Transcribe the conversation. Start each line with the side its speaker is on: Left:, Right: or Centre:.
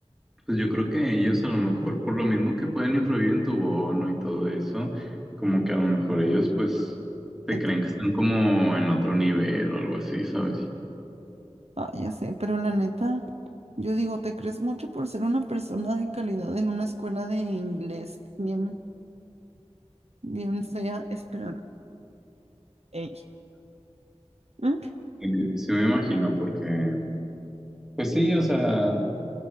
Centre: pues yo creo que ellos a lo mejor, por lo mismo que pueden influir en tu bono y todo eso, como que a lo mejor ellos pues te
Right: de
Centre: creen
Right: que-
Centre: que están como en otro nivel o algo así, ¿sabes?
Right: ah, ya sé, pero la neta, yo digo, te crees mucho por ser una persona de calidad en una escuela de inglés bien, bien fea. Espera, ey. ¿Mm?
Centre: Y Sí me imagino, porque, pues sí, o sea,